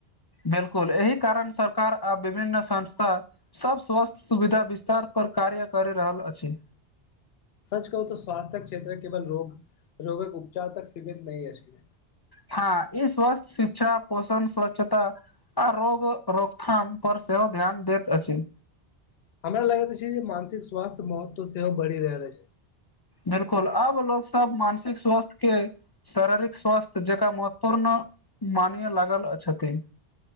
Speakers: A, on the left; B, on the left.
A: बिलकुल एहि कारण सरकार आ विभन्न संस्था सब स्वासथ सुविधा विस्तार पर कार्य कर रहल अछि
B: सच कहू तऽ स्वास्थ्य क्षेत्र केवल रोग रोगक उपचार तक सीमित नहि अछि
A: हँ ई स्वस्थ शिक्षा पोषण स्वच्छता आ रोग रोकथाम पर सेहो ध्यान दैत अछि
B: हमरा लगैत अछि जे मानसिक स्वास्थ्य महत्व सेहो बढ़ि रहल अछि
A: बिल्कुल आब लोग सब मानसिक स्वास्थ्य के शारीरिक स्वास्थ्य जकाँ महत्वपूर्ण मानैय लागल छथिन